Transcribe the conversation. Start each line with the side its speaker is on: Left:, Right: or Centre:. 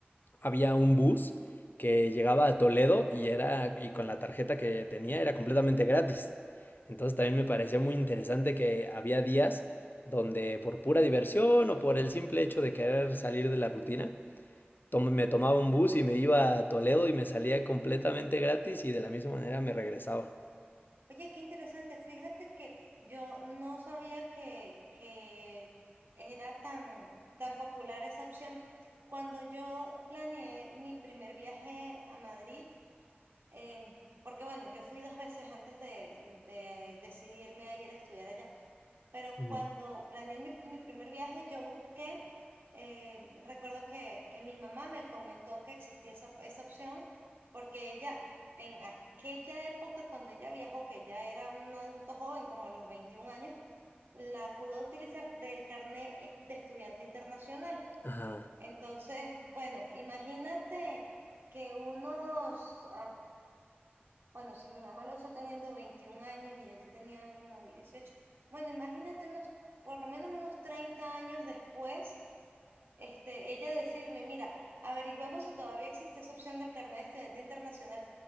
Left: había un bus que llegaba a Toledo y era, y con la tarjeta que tenía era completamente gratis. Entonces también me pareció muy interesante que había días donde por pura diversión o por el simple hecho de querer salir de la rutina, tom- me tomaba un bus y me iba a Toledo y me salía completamente gratis y de la misma manera me regresaba.
Right: Oye, qué interesante, fíjate que yo no sabía que, que era tan, tan popular esa opción. Cuando yo planeé mi primer viaje a Madrid, Em, porque bueno, yo fui dos veces antes de, de decidirme a ir a estudiar allá, pero
Left: Ujú.
Right: cuando planeé mi, mi primer viaje, yo busqué, eh, recuerdo que, que mi mamá me comentó que existía esa, esa opción, porque ella en aquella época, cuando ella viajó, que ya era un adulto joven, como a los 21 años, la pudo utilizar del carnet de estudiante internacional.
Left: Ajá.
Right: Entonces, bueno, imagínate que unos... Bueno, si mi mamá lo usó teniendo 21 años y ella ya tenía como 18. Bueno, imagínate unos, por lo menos unos 30 años después, este, ella decirme, mira, averigüemos si todavía existe esa opción del carnet de estudiante internacional.